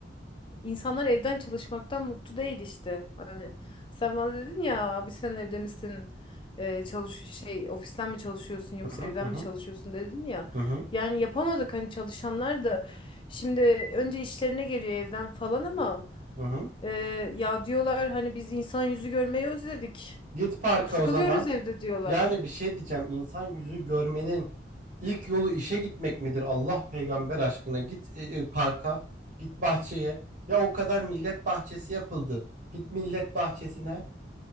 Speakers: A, on the left (about 30°); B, on the right (about 45°).
A: İnsanlar evden çalışmaktan mutlu değil işte. Hani sen bana dedin ya abi sen evde misin? Ee, çalış şey ofisten mi çalışıyorsun yoksa
B: Hı hı
A: evden
B: hı hı
A: mi çalışıyorsun dedin ya.
B: hı hı.
A: Yani yapamadık hani çalışanlar da şimdi önce işlerine geliyor evden falan ama
B: hı hı.
A: e, ya diyorlar hani biz insan yüzü görmeyi özledik.
B: Git parka
A: Çok sıkılıyoruz
B: o zaman.
A: evde diyorlar.
B: Yani bir şey diyeceğim. İnsan yüzü görmenin ilk yolu işe gitmek midir? Allah peygamber aşkına git e, e, parka, git bahçeye. Ya o kadar millet bahçesi yapıldı. Git millet bahçesine.